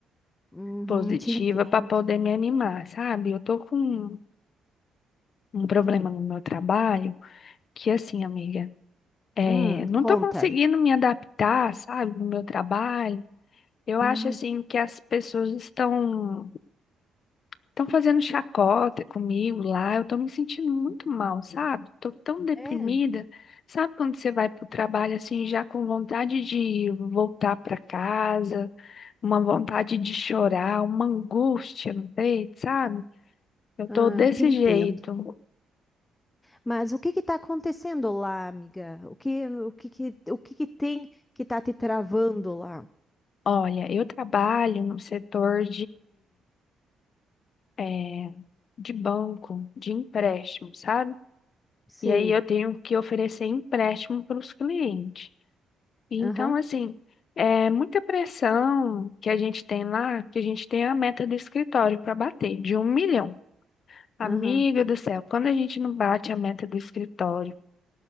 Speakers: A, on the left; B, on the left.
A: Uhum,
B: positiva
A: te entendo.
B: pra poder me animar, sabe? Eu tô com um problema no meu trabalho que assim, amiga, É,
A: Hum,
B: não estou
A: conta.
B: conseguindo me adaptar, sabe, no meu trabalho. Eu acho
A: Ai,
B: assim que as pessoas estão estão fazendo chacota comigo lá. Eu estou me sentindo muito mal, sabe? Estou tão deprimida.
A: é.
B: Sabe quando você vai para o trabalho assim já com vontade de voltar para casa, uma vontade de chorar, uma angústia no peito, sabe? Eu estou
A: Ah,
B: desse
A: te entendo.
B: jeito.
A: Mas o que que tá acontecendo lá, amiga? O que, o que que, o que que tem que tá te travando lá?
B: Olha, eu trabalho no setor é, de banco, de empréstimo, sabe?
A: Sei.
B: E aí eu tenho que oferecer empréstimo para os clientes. Então,
A: Aham,
B: assim, é muita pressão que a gente tem lá, que a gente tem a meta do escritório para bater, de um milhão. Amiga
A: aham.
B: do céu, quando a gente não bate a meta do escritório,